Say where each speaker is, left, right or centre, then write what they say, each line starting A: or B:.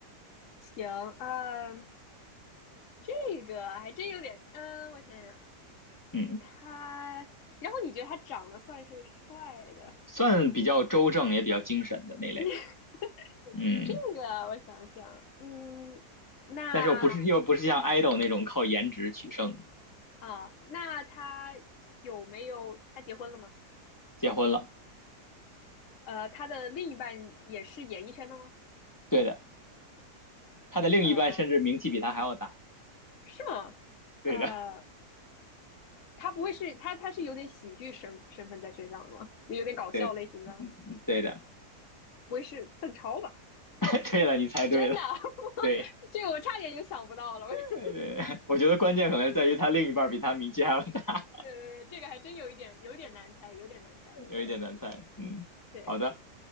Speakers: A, on the left; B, on the left.
A: 行，嗯，这个还真有点，嗯，我想想，
B: 嗯，
A: 他，然后你觉得他长得算是帅的？
B: 算比较周正，也比较精神的那类。
A: <laughs>
B: 嗯。
A: 这个我想想，嗯，那
B: 但是又不是又不是像 idol 那种靠颜值取胜，
A: 啊，那他有没有他结婚了吗？
B: 结婚了，
A: 呃，他的另一半也是演艺圈的吗？
B: 对的，他的另一半甚至名气比他还要大，
A: 呃，是吗？
B: 对的，
A: 呃，他不会是他他是有点喜剧身身份在身上的吗？有点搞笑类型的，
B: 对，嗯，对的，
A: 不会是邓超吧？
B: <laughs> 对了，你猜对了，
A: <laughs> 真的，<laughs>
B: 对，
A: 这个我差点就想不到了。我
B: <laughs>
A: <laughs> 对
B: 呃，我觉得关键可能在于他另一半比他名气还要大，
A: 对对，这个还真有一点有点难猜，有点难猜，我觉得。
B: 有一点难猜，嗯，
A: 对，
B: 好的，